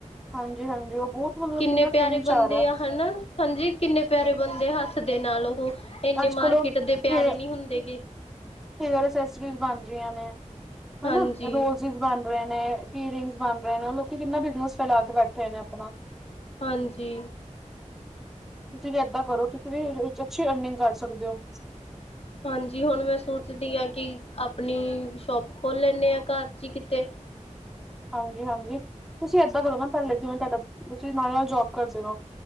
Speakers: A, in the centre; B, on the left (about 50°).
A: ਹਾਂਜੀ ਹਾਂਜੀ ਉਹ ਬਹੁਤ ਮਤਲਬ
B: ਕਿੰਨੇ
A: ਕਿੰਨਾ
B: ਪਿਆਰੇ
A: ਟ੍ਰੈਂਡ
B: ਬੰਦੇ
A: ਚ ਰਿਹਾ
B: ਆ ਹਨਾ ਹਾਂਜੀ ਕਿੰਨੇ ਪਿਆਰੇ ਬੰਦੇ ਹੱਥ ਦੇ ਨਾਲ ਉਹ ਇੰਨੇ
A: ਅੱਜ ਕੱਲ
B: ਮਾਰਕੀਟ
A: ਉਹ
B: ਦੇ ਪਿਆਰੇ
A: ਹੇਅ
B: ਨਹੀਂ ਹੁੰਦੇ ਗ
A: ਹੇਅਰ ਅਸਸਰੀ ਬਣ ਰਹੀਆਂ ਨੇ
B: ਹਾਂਜੀ
A: ਹਨਾ ਰੋਜ਼ ਬਣ ਰਹੇ ਨੇ ਹੀਰਿੰਗ ਬਣ ਰਹੇ ਨੇ ਉਹ ਲੋਕ ਕਿੰਨਾ ਬਿਜਨਸ ਫੈਲਾ ਕੇ ਬੈਠ ਰਹੇ ਨੇ ਆਪਣਾ
B: ਹਾਂਜੀ
A: ਤੁਸੀਂ ਵੀ ਏਦਾਂ ਕਰੋ ਤੁਸੀਂ ਵੀ ਵਿੱਚ ਅੱਛੀ ਅਰਨਿੰਗ ਕਰ ਸਕਦੇ ਹੋ
B: ਹਾਂਜੀ ਹੁਣ ਮੈਂ ਸੋਚਦੀ ਹਾਂ ਕਿ ਆਪਣੀ ਸ਼ੋਪ ਖੋਲ ਲੈਂਦੇ ਹਾਂ ਘਰ ਚ ਹੀ ਕਿਤੇ
A: ਹਾਂਜੀ ਹਾਂਜੀ ਤੁਸੀਂ ਏਦਾਂ ਕਰੋ ਮ ਪਹਿਲੇ ਜਿਵੇਂ ਤੁਹਾਡਾ ਤੁਸੀਂ ਨਾਲ ਨਾਲ ਜੋਬ ਕਰਦੇ ਰਹੋ